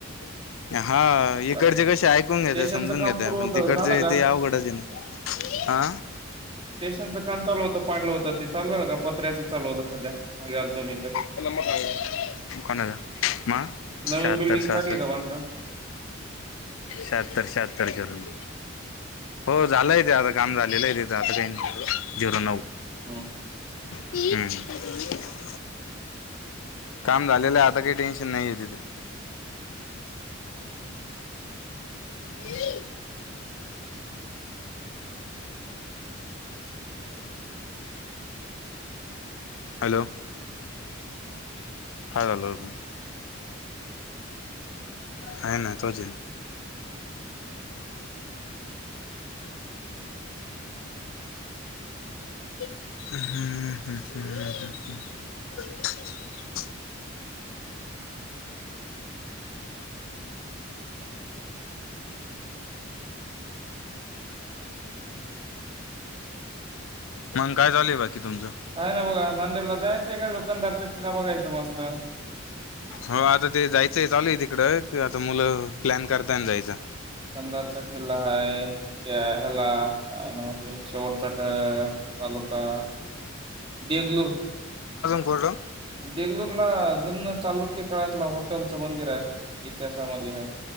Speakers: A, on the left (about 80°); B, on the right (about 25°).
A: <unintelligible> हा
B: ऐकतात
A: इकडचे
B: आपले
A: कसे ऐकून
B: स्टेशनचं
A: घेतय, समजून
B: काम
A: घेतय,
B: सुरू
A: पण
B: होतं
A: तिकडचे
B: झालं का?
A: ते अवघडच ए ना आ
B: स्टेशनचं काम चालू होतं पाडलं होतं ते चालू झालं का पत्र्याचंच चालु होतं सध्या. मी तर.
A: तु नंबर सांग, कोणाचा मा शाहतर
B: नवीन बिल्डिंग
A: शासठ
B: काढली का बांधकाम?
A: शहात्तर शहात्तर झिरो नऊ. हो झालंय ते आता काम झालेलं आहे. ते आता काही झिरो नऊ
B: हा.
A: हम. काम झालेलं, आता काही टेन्शन नाही आहे तिथे. ही. हॅलो! काय झालं होतं. नाही नाही तोच ये हम्म हम् हम ह ह मग काय झालं बाकी? तुमचं?
B: काय ना बघा नांदेडला जाय एका दुकानदारचा किल्ला बघायचं मस्त
A: हो आता ते जायचंय, चालूय तिकड ते आता मुलं प्लॅन कर उतन जायचा.
B: अंधारचं किल्ला हाय त्या ह्याला. काय नाव त्याच? शेवटचा तालुका देगलूर.
A: गोड
B: देंगलोर ला जुन चालुक्य काळातला होॉटेल च मंदिर हाय. इतिहासामध्ये हाय.